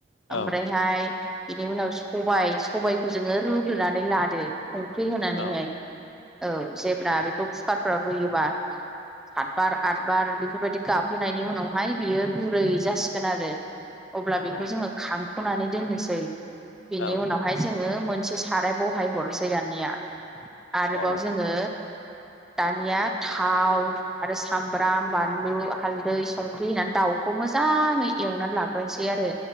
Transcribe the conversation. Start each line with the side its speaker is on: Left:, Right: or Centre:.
Centre: ओमफ्राय
Left: औ
Centre: हाय बिनि उनाव सबाय सबायखौ जोङो रुग्रोनानै लादो संख्रि होनानै
Left: औ
Centre: हाय। औ जेब्ला बेखौ कुकारफोराव रुयोबा सातबार आठबार बेफोर बायदि गाब होनायनि उनाव हाय बियो गुरै जासिगोन आरो। अब्ला
Left: नंगौ
Centre: बेखौ जोङो खांथनानै दोननोसै। बिनि
Left: औ
Centre: उनाव हाय जोङो मोनसे सा राय बहाय हरसै दानिया। आरोबाव
Left: अ औ
Centre: जोङो दानिया थाव आरो सामब्राम, बानलु, हालदै, संख्रि होनानै दाउखौ मोजाङै ए वनानै लाग्रोनोसै आरो।